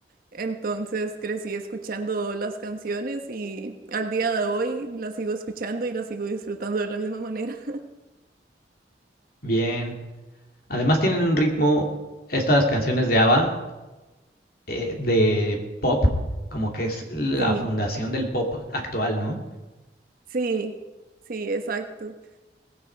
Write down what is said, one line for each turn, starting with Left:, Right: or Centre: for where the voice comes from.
Right: entonces crecí escuchando las canciones y al día de hoy las sigo escuchando y las sigo disfrutando de la misma manera. <laughs>
Left: Bien. Además tienen un ritmo, estas canciones de ABBA, eh, de pop, como que es la
Right: Sí,
Left: fundación del pop actual, ¿no?
Right: sí, sí, exacto.